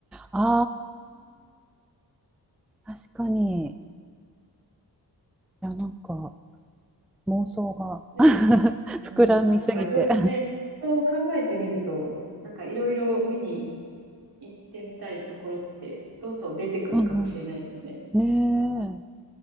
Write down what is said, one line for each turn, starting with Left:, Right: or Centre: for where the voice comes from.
Centre: ああ、確かに。いや、なんか妄想が
Right: で、
Centre: <laughs>
Right: うん、
Centre: 膨らみすぎて。
Right: なんかいろいろね、そう考えてみると、なんかいろいろ見に行ってみたいところって、どんどん出てくるかもしれないですね。
Centre: うんうん。ねえ。